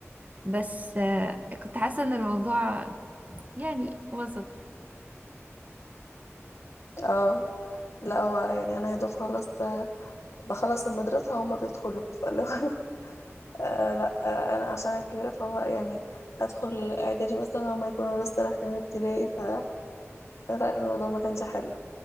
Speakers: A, on the right; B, on the left.
A: بس آه كنت حاسة إن الموضوع يعني وسط
B: اه لا هو يعني أنا يا دوب خلصت بخلص المدرسة هما بيدخلوا فاللي هو <laughs> آه لا آه أنا عشان أنا كبيرة فهو يعني أدخل إعدادي مثلا هما يكونوا لسه داخلين ابتدائي ف لا الموضوع ما كانش حلو